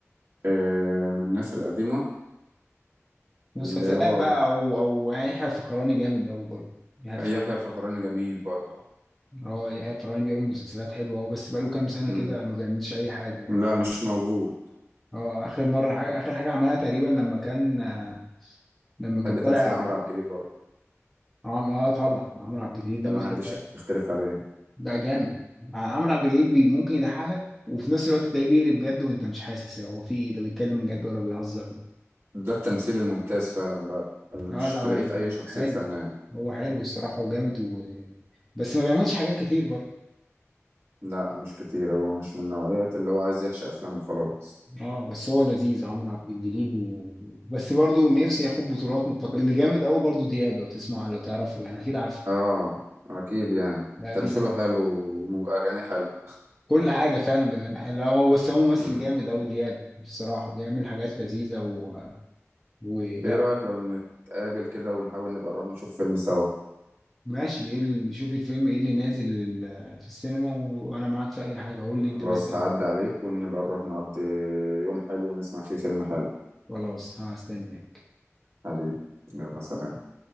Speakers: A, on the right; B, in the centre.
A: آه من الناس القديمه
B: مسلسلات
A: اللي هو
B: بقى او او يعني يحيى الفخراني جامد قوي برضه يحيى الف-
A: يحيى الفخراني جميل برضه
B: اه يحيى الفخراني بيعمل مسلسلات حلوه قوي بس بقاله كام سنه
A: مم.
B: كده ما بيعملش اي حاجه يعني
A: لا مش موجود
B: اه اخر مره حاجة... اخر حاجه عملها تقريبا لما كان آه، لما كان
A: بحب تمثيل
B: طالع
A: عمرو عبد الجليل برضه
B: عم... اه طبعا عمرو عبد الجليل
A: ده
B: ده مضحك
A: ما حدش
B: أوي.
A: يختلف عليه
B: لا جامد عمرو عبد الجليل بي... ممكن يضحكك وفي نفس الوقت تلاقيه بيقلب جد وانت مش حاسس هو في إيه؟ ده بيتكلم جد ولا بيهزر
A: ده التمثيل الممتاز فعلا بقى اللي
B: لا
A: مش
B: لا
A: تلاقيه
B: هو
A: في اي شخصية
B: حلو
A: فنان
B: هو حلو الصراحة وجامد و... بس ما بيعملش حاجات كتير برضه
A: لا مش كتير هو مش من نوعية اللي هو عايز يحشي افلام وخلاص
B: اه بس هو لذيذ عمرو عبد الجليل و... بس برضه نفسي ياخد بطولات متقل اللي جامد قوي برضه دياب لو تسمع لو تعرفه يعني اكيد عارفه
A: اه اكيد يعني
B: لا
A: تمثيله
B: دياب
A: حلو واغانيه حلوه
B: كل حاجة فعلا بيعملها حلو. لا هو بس هو ممثل
A: مم.
B: جامد أوي دياب بصراحة بيعمل حاجات لذيذة و... ولا
A: ايه رأيك لو نتقابل كده ونحاول نبقى نروح نشوف فيلم سوا
B: ماشي ايه اللي شوف الفيلم ايه اللي نازل في السينما و... وأنا معاك في أي حاجة قول
A: خلاص
B: لي أنت بس قبلي
A: هعدي عليك ونبقى نروح نقضي يوم حلو ونسمع فيه فيلم حلو
B: خلاص هستناك
A: حبيبي يلا سلام